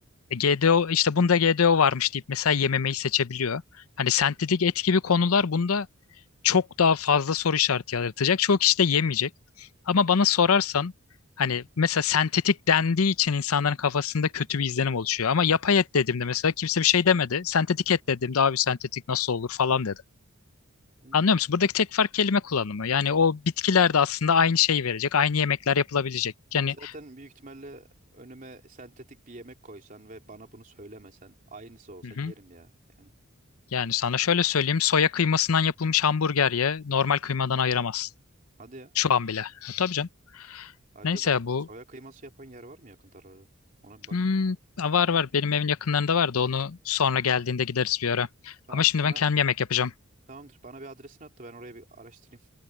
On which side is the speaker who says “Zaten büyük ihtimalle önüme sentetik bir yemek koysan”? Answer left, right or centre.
Right